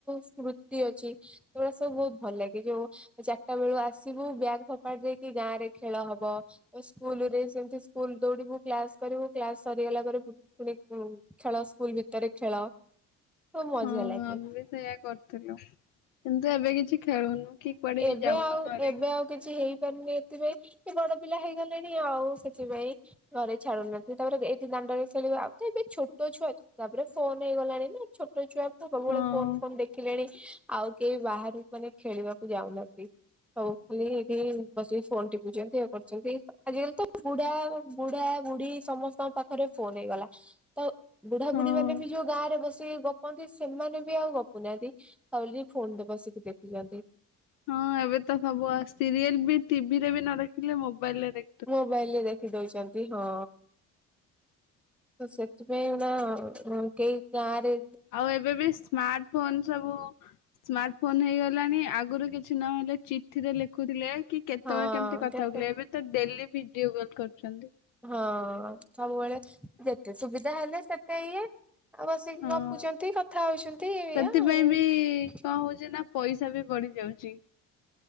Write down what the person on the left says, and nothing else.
ହଁ
ଆମେ ବି ସେଇଆ କରିଥିଲୁ। କିନ୍ତୁ ଏବେ କିଛି ଖେଳୁନୁ କି କୁଆଡେ
ବି ଯାଉନୁ
ଘରେ।
ହଁ।
ହଁ
ହଁ ଏବେ ତ ସବୁ ସିରିଏଲ୍ ବି ଟିଭି ରେ ବି ନ ଦେଖିଲେ ମୋବାଇଲ୍ ରେ
ଆଉ ଏବେ ବି ସ୍ମାଟ୍ ଫୋନ୍ ସବୁ ସ୍ମାଟ୍ ଫୋନ୍ ହେଇଗଲାଣି ଆଗରୁ କିଛି ନହଲେ ଚିଠି ରେ ଲେଖୁଥିଲେ କି କେତବେଳେ
କେମତି କଥା
ହଉଥିଲେ ଏବେ ତ ଡେଲି ଭିଡିଓ କଲ୍ କରୁଛନ୍ତି।
ହଁ।
ସେଥିପାଇଁ
ବି କଣ ହଉଛି ନା ପଇସା ବି ବଢି ଯାଉଛି।